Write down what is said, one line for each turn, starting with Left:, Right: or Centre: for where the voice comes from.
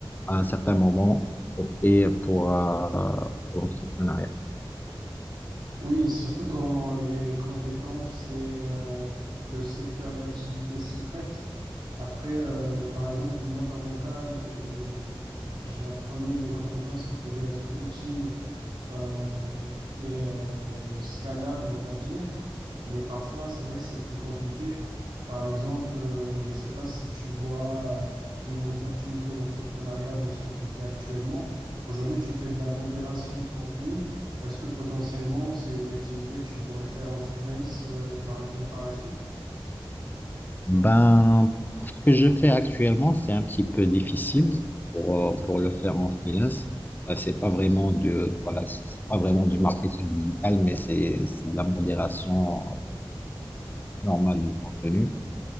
Left: à un certain moment, opter pour, euh, pour l'entrepreneuriat.
Right: Oui, surtout quand les compétences et euh, le secteur d'activité s'y prêtent. Après, euh, par exemple, moi, dans mon cas, il- euh, j'apprenais des compétences qui pouvaient être utiles euh, et euh, scalables, on va dire. Mais parfois, c'est vrai que c'est plus compliqué. Par exemple, euh, je ne sais pas si tu vois euh, une opportunité d'entrepreneuriat dans ce que tu fais actuellement. Aujourd'hui, tu fais de la modération de contenu. Est-ce que potentiellement c'est une activité que tu pourrais faire en freelance, euh, par exemple, par la suite?
Left: Ben, ce que je fais actuellement, c'est un petit peu difficile pour, euh, pour le faire en freelance. Euh, c'est pas vraiment de, voilà, c'est pas vraiment du marketing digital, mais c'est, c'est de la modération normale du contenu.